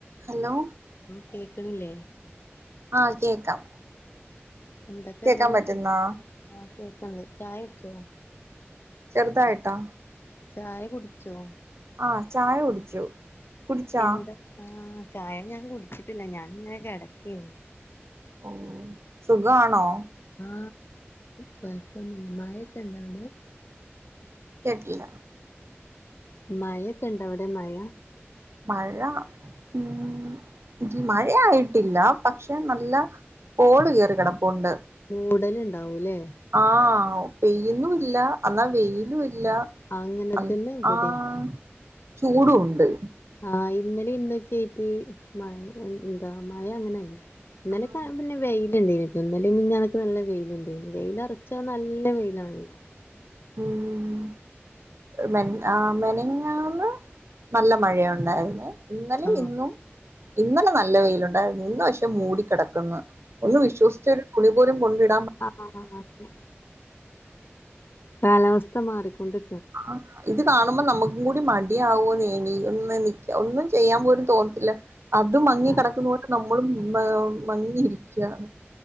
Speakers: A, on the right (about 75°); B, on the left (about 55°).
A: Hello
B: കേക്കണില്ലേ?
A: ആ കേക്കാം.
B: എന്തൊക്കെയുണ്ട്
A: കേക്കാൻ
B: എന്നിട്ട്?
A: പറ്റുന്നാ
B: കേക്കണ്ട് ചായ കുടിച്ചോ?
A: ചെറുതായിട്ടാ?
B: ചായ കുടിച്ചോ?
A: ആ ചായ കുടിച്ചു. കുടിച്ചാ
B: എന്ത് ആഹ് ചായ ഞാൻ കുടിച്ചിട്ടില്ല ഞാനങ്ങനെ കെടക്കേന്ന്.
A: ഓ സുഗാണോ?
B: ആ കൊഴപ്പൊന്നുമില്ല മയയൊക്കിണ്ടാ അവിടെ?
A: കേട്ടില്ല.
B: മയൊക്കെ ഇണ്ടാ അവിടെ മഴ?
A: മഴ ഉം മഴയായിട്ടില്ല പക്ഷേ നല്ല കോള് കേറി കിടപ്പുണ്ട്.
B: മൂടല് ഇണ്ടാവൂലേ?
A: ആഹ് വെയ്യിന്നുല്ല അന്നാ വെയ്യ് <unintelligible> ല
B: അങ്ങനെ
A: അം
B: തന്നെ ഇവിടേം
A: ആഹ് ചൂടും ഉണ്ട്.
B: ആഹ് ഇന്നലെ ഇന്നൊക്കായിട്ട് മയ് എന്താ മയ അങ്ങനെ തന്നെ. ഇന്നലേക്കാവുമ്പിന്നെ
A: ആഹ്
B: വെയ് <unintelligible> ഇന്നലേം മിഞ്ഞാന്നൊക്കെ നല്ല വെയിലുണ്ടെന്ന് വെയിലറച്ചാ നല്ല വെയിലാണല്ലോ.
A: മ്മ് മെ ആഹ് മെനഞ്ഞാന്ന് നല്ല മഴയൊണ്ടാരുന്നേ. ഇന്നലെ
B: ആഹ്
A: ഇന്നും ഇന്നലെ നല്ല വെയിലുണ്ടാരുന്നു ഇന്ന് പക്ഷെ മൂടിക്കെടക്കുന്നു. ഒന്ന് വിശ്വസിച്ചൊരു തുണി പോലും കൊണ്ടിടാ -
B: ആ അ അ ആ ക്കെ കാലാവസ്ഥ മാറിക്കൊണ്ട്
A: ആ ഇത് കാണുമ്പോ നമു ന്നും കൂടി മടിയാവൂന്നെ എണീ നിക്ക ഒന്നും ചെയ്യാൻ പോലും തോന്നത്തില്ല. അതും മങ്ങി
B: ആ
A: കെടക്കുന്നോട്ട് നമ്മു മ്മള് മ-മങ്ങിയിരിക്ക്യാണ്